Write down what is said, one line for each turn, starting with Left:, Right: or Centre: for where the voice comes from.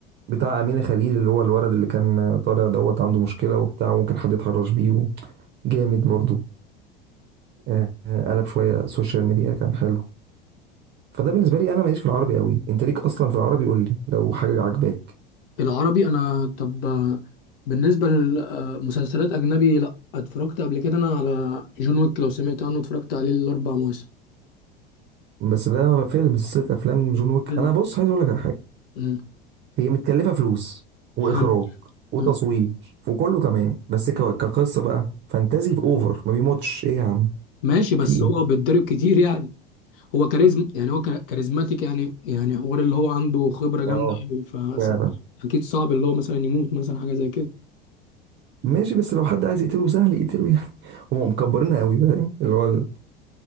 Right: بتاع أمينة خليل اللي هو الولد اللي كان آه، طالع دوت عنده مشكلة وبتاع وممكن حد يتحرش بيه و- جامد برضو آه، آه، قلب شوية سوشيال ميديا كان حلو فده بالنسبة لي أنا ماليش في العربي قوي أنت ليك أصلا في العربي قول لي لو حاجة عجباك
Left: العربي انا طب آه، بالنسبه لمسلسلات اجنبي لا اتفرجت قبل كده انا على جون ويك لو سمعت عنه اتفرجت عليه الاربع مواسم
Right: بس ده فيلم سلسلة أفلام جون ويك
Left: حلو
Right: أنا بص عايز أقول لك على حاجة
Left: مم.
Right: هي متكلفة فلوس وإخراج
Left: حلو
Right: وتصوير
Left: حلو.
Right: وكله تمام بس ك- كقصة بقى فانتازي في أوفر ما بيموتش إيه يا عم
Left: ماشي بس
Right: في إيه
Left: هو بيتضرب كتير يعني هو كاريزما يعني هو كا- كاريزماتيك يعني يعني حوار اللي هو عنده خبره جامده
Right: اه
Left: أوي، ف
Right: فعلا
Left: اكيد صعب اللي هو مثلا يموت مثلا حاجه زي كده
Right: ماشي بس لو حد عايز يقتله سهل يقتله يعني <laughs> هم مكبرينها قوي فاهم اللي هو ال-